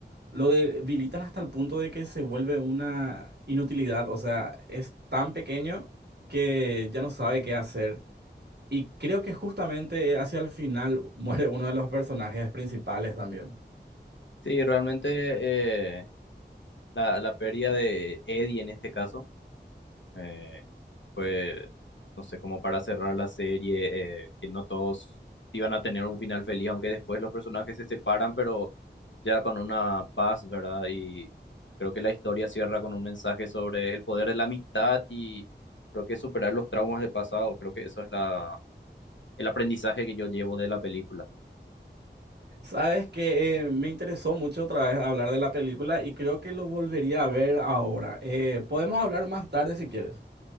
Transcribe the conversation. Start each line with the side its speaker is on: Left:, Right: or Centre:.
Right: Lo debilitan hasta el punto de que se vuelve una inutilidad, o sea, es tan pequeño que ya no sabe qué hacer. Y creo que justamente hacia el final <laughs> muere uno de los personajes principales también.
Left: Sí, realmente eh, la, la pérdida de Eddie en este caso. eh, pues, no sé, como para cerrar la serie, eh, que no todos iban a tener un final feliz, aunque después los personajes se separan, pero ya con una paz, ¿verdad? Y creo que la historia cierra con un mensaje sobre el poder de la amistad y creo que superar los traumas del pasado, creo que eso es la, el aprendizaje que yo llevo de la película.
Right: Sabes que eh, me interesó mucho otra vez hablar de la película y creo que lo volvería a ver ahora. Eh, podemos hablar más tarde si quieres.